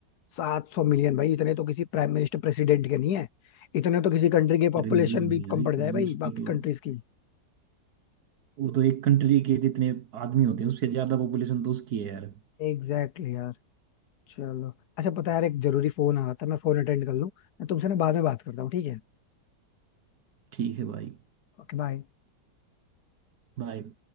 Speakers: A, on the left; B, on the right.
A: सात सौ मिलियन भाई इतने तो किसी प्राइम मिनिस्टर प्रेसिडेंट के नहीं है इतने तो किसी कंट्री की
B: अरे
A: पॉपुलेशन
B: नहीं होंगी
A: भी
B: यार
A: कम पड़
B: इतने
A: जाए भाई
B: उसके
A: बाकी
B: तो
A: कंट्रीज की
B: वो तो एक कंट्री के जितने आदमी होते हैं उससे ज्यादा पॉपुलेशन तो उसकी है यार
A: एग्जैक्टली exactly यार चलो अच्छा पता है यार एक जरूरी फोन आ रहा था मैं फोन अटेंड कर लूँ मैं तुमसे ना बाद में बात करता हूँ ठीक है
B: ठीक है भाई
A: Okay bye
B: बाय